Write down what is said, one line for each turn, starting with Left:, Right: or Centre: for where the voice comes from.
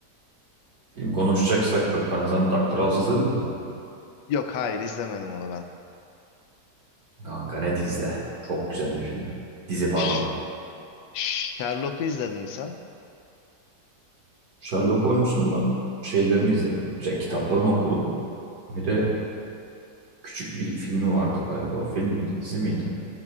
Right: Film konuşacaksak bak ben sana Doctor House izledin mi?
Left: Yok hayır izlemedim onu ben.
Right: Kanka net izle. Çok güzel bir film. Dizi pardon.
Left: Ş- Sherlock'u izledin mi sen?
Right: Sherlock Holmes'un ben şeylerini izledim. İşte kitaplarını okudum. Bir de küçük bir filmi vardı galiba. Film miydi, dizi miydi?